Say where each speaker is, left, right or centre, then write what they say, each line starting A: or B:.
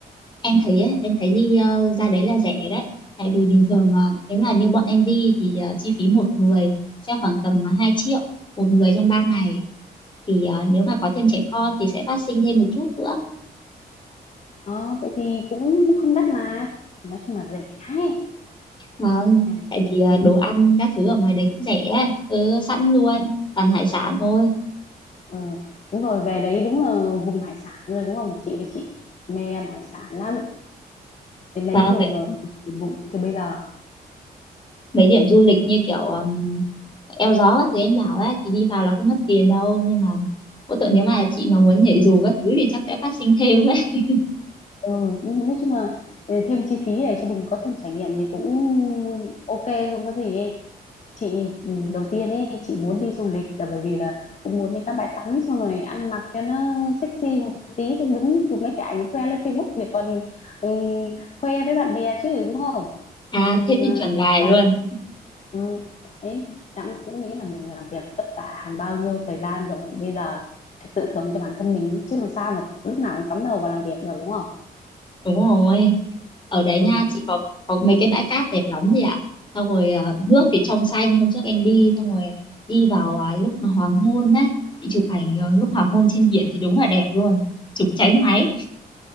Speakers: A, on the left; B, on the left.
A: em thấy ấy, em thấy đi ờ, ra đấy là rẻ đấy tại vì bình thường ờ, nếu mà như bọn em đi thì ờ, chi phí một người sẽ khoảng tầm ờ, 2 triệu một người trong ba ngày thì ờ, nếu mà có thêm trẻ con thì sẽ phát sinh thêm một chút nữa
B: Ờ, vậy thì cũng không đắt mà. Nói chung là rẻ ấy.
A: Vâng,
B: Này,
A: tại vì à,
B: Ừ.
A: đồ ăn các thứ ở ngoài đấy cũng rẻ, ấy. ừ, sẵn luôn, toàn hải sản thôi.
B: Ờ, đúng rồi về đấy đúng là vùng hải sản rồi đúng không chị thì chị mê ăn hải sản lắm đến đấy
A: Và
B: rồi
A: mấy,
B: rồi thì bụng từ bây giờ
A: mấy điểm du lịch như kiểu um, eo gió các thứ em bảo ấy, thì đi vào là không mất tiền đâu. Nhưng mà mỗi tội nếu mà chị mà muốn nhảy dù các thứ thì chắc sẽ phát sinh thêm ấy. <laughs>
B: ừ, nói chung là ờ, thêm chi phí để cho mình có thêm trải nghiệm thì cũng ok không có gì ấy. chị ừ, đầu tiên ấy chị muốn đi du lịch là bởi vì là cũng muốn đi các bãi tắm xong rồi ăn mặc cho nó sexy một tí xong đứng chụp mấy cái ảnh khoe lên Facebook để còn ừ, khoe với bạn bè chứ đúng không
A: À,
B: mình
A: thế thì
B: ờ,
A: chuẩn lại
B: làm
A: luôn.
B: Ừ, đấy Đặng cũng nghĩ là mình làm việc vất vả hàng bao nhiêu thời gian rồi bây giờ phải tự thưởng cho bản thân mình ý, chứ làm sao mà lúc nào cũng cắm đầu vào làm việc được đúng không
A: Đúng rồi. Ở đấy nha,
B: ừ.
A: chị có có mấy cái bãi cát đẹp lắm chị ạ. Xong rồi ờ, nước thì trong xanh hôm trước em đi xong rồi đi vào à, lúc mà hoàng hôn đấy, chị chụp ảnh ờ, lúc hoàng hôn trên biển thì đúng là đẹp luôn. Chụp cháy máy.